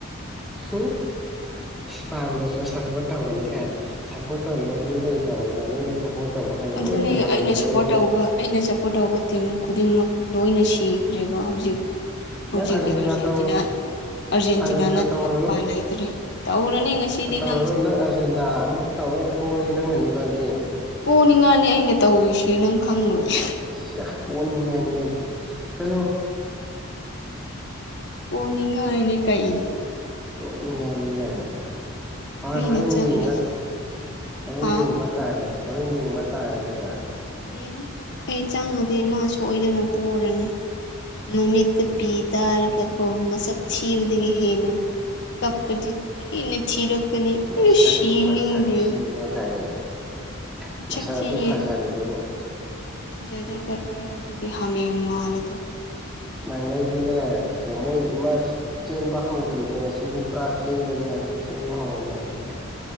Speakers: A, in the centre; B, on the left.
A: ꯍꯝ ꯏꯁ ꯄꯥꯝꯗꯁꯨ ꯁꯞꯄꯣꯔꯠ ꯇꯧꯒꯅꯤ ꯀꯥꯏꯅ ꯁꯞꯄꯣꯔꯠ ꯇꯧꯅꯕ ꯃꯤ ꯂꯩꯇꯕꯗꯣ ꯅꯣꯏꯅ ꯁꯄꯣꯔꯠ ꯇꯧꯕꯈꯥꯏꯗ
B: ꯑꯗꯨꯅꯦ
A: ꯂꯣꯏ ꯂꯩꯍꯧꯔꯔꯤꯗꯣ
B: ꯑꯩꯅ ꯁꯞꯄꯣꯔꯠ ꯇꯧꯕ ꯑꯩꯅ ꯁꯞꯄꯣꯔꯠ ꯇꯧꯕ ꯇꯤꯝ ꯈꯨꯗꯤꯡꯃꯛ ꯂꯣꯏꯅ ꯁꯤꯈ꯭ꯔꯦꯕ ꯍꯧꯖꯤꯛ ꯍꯧꯖꯤꯛꯇꯀꯤ
A: ꯅꯪ
B: ꯑꯥꯔꯖꯦꯟꯇꯤꯅꯥ
A: ꯇꯧꯔꯣ
B: ꯑꯔꯖꯦꯟꯇꯤꯅꯥ
A: ꯑꯥꯔꯖꯦꯟꯇꯤꯅꯥ
B: ꯅꯠꯇꯅ
A: ꯇꯧꯔꯨꯅꯨ
B: ꯎꯄꯥꯏ ꯂꯩꯇ꯭ꯔꯦ ꯇꯛꯎꯔꯅꯤ ꯉꯁꯤꯗꯤ ꯅ
A: ꯀꯣ ꯅꯪ ꯑꯔꯖꯦꯟꯗꯥ ꯑꯃꯨꯛ ꯇꯧꯔꯒ ꯄꯣꯛꯒꯦ ꯅꯪꯅꯅꯤꯀꯣ ꯑꯗꯨꯗꯤ
B: ꯄꯅꯤꯉꯥꯅꯤ ꯑꯩꯅ ꯇꯧꯔꯤꯨꯁꯤ ꯅꯪ ꯈꯪꯂꯨꯔꯦ
A: ꯑ ꯌꯥꯝ ꯄꯣꯛꯅꯤꯡꯉꯥꯏꯅ ꯀꯩꯅ ꯆꯠꯂꯣ
B: ꯄꯣꯛꯅꯤꯡꯉꯥꯏꯅꯤ ꯀꯛꯏꯅꯤ
A: ꯑꯣꯅꯤꯡꯉꯥꯏꯅꯤꯉꯥꯏꯅ ꯍꯣꯏ
B: ꯑꯩꯅ
A: ꯍꯣꯔꯦꯟ
B: ꯆꯪꯉꯤꯁꯦ
A: ꯌꯦꯡꯕ ꯍꯣꯔꯦꯟ
B: ꯍꯥ
A: ꯌꯦꯡꯕ ꯇꯥꯔꯦ ꯍꯣꯔꯦꯟ ꯌꯦꯡꯕ ꯇꯥꯔꯦꯗꯅ
B: ꯌꯦ ꯑꯩ ꯆꯪꯉꯗꯤ ꯃꯥ ꯁꯣꯏꯗꯅ ꯄꯨꯔꯅꯤ ꯃꯃꯤꯠꯇ ꯄꯤ ꯇꯥꯔꯒꯀꯣ ꯃꯁꯛ ꯊꯤꯕꯗꯒꯤ ꯍꯦꯟꯅ ꯀꯞꯄꯗꯤ ꯊꯅ ꯊꯤꯔꯛꯀꯅꯤ
A: ꯃꯁꯛ
B: ꯑ ꯌꯦꯡꯅꯤꯡꯗꯦ
A: ꯃꯁꯛ ꯊꯤꯕ ꯀꯥꯏꯅ ꯃꯁꯛ
B: ꯆ ꯊ
A: ꯑꯗꯨ ꯐꯖꯔꯤꯗꯨꯕꯨ
B: ꯊꯖꯗꯔ ꯐ ꯍ ꯃꯥꯂꯗ
A: ꯅꯒꯥꯥꯏꯗꯅꯦ ꯃꯣꯏ ꯏꯃꯥꯁ ꯆꯦꯟꯕ ꯍꯧꯗ꯭ꯔꯤꯕꯅꯦ ꯉꯁꯤꯗꯤ ꯄꯨꯔꯥ ꯆꯦꯜꯂꯅꯤ ꯍꯥꯏꯕꯅꯤ ꯆꯦꯟꯕ ꯍꯧꯔꯅꯤ ꯍꯥꯏꯕꯅꯤ